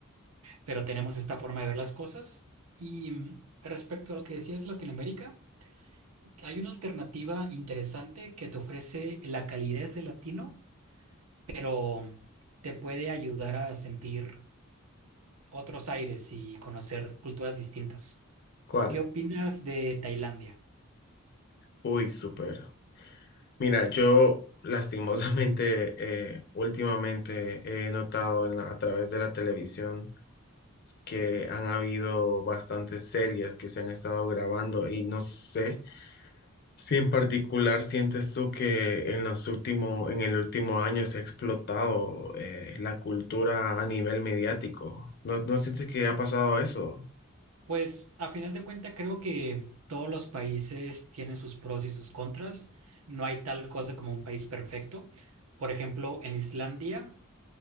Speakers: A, on the right; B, on the left.
A: pero tenemos esta forma de ver las cosas. Y mm, respecto a lo que decías, Latinoamérica, hay una alternativa interesante que te ofrece la calidez del latino, pero te puede ayudar a sentir otros aires y conocer culturas distintas.
B: ¿Cuál?
A: ¿Qué opinas de Tailandia?
B: Uy, súper. Mira, yo lastimosamente eh, últimamente he notado en la- a través de la televisión que han habido bastantes series que se han estado grabando y no sé si en particular sientes tú que en los últimos, en el último año se ha explotado eh, la cultura a nivel mediático. ¿No, no sientes que ha pasado eso?
A: Pues a final de cuentas creo que todos los países tienen sus pros y sus contras. No hay tal cosa como un país perfecto. Por ejemplo, en Islandia,